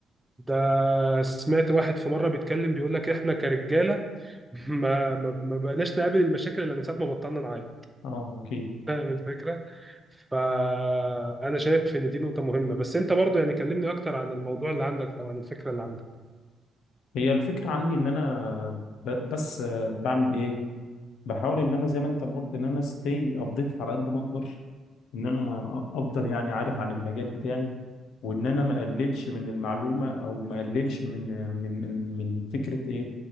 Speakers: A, in the centre; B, on the left.
A: ده سمعت واحد في مرة بيتكلم بيقول لك احنا كرجالة <laughs> ما ما ما بقناش نقابل المشاكل الا من ساعة ما بطلنا نعاني
B: اه اكيد
A: فاهم الفكرة؟ فأنا شايف إن دي نقطة مهمة بس أنت برضو يعني كلمني أكتر عن الموضوع اللي عندك أو عن الفكرة اللي عندك
B: هي الفكرة عندي ان انا ب... بس آه، بعمل ايه بحاول ان انا زي ما انت ما قلت ان انا ستي ابديت على قد ما اقدر ان انا افضل يعني عارف عن المجال بتاعي وان انا ما اقللش من المعلومه او ما اقللش من من من من فكره ايه